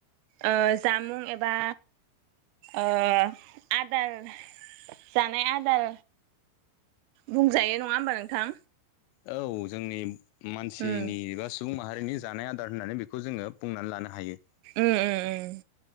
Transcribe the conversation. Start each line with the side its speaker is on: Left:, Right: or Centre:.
Right: ओ जामुं एबा ओह आदार जानाय आदार बुंजायो नङा होमबा नोंथां
Left: औ जोंनि मानसिनि
Right: उम
Left: एबा सुबुं माहारिनि जानाय आदार होननानै बेखौ जोङो बुंनानै लानो हायो
Right: उम उम उम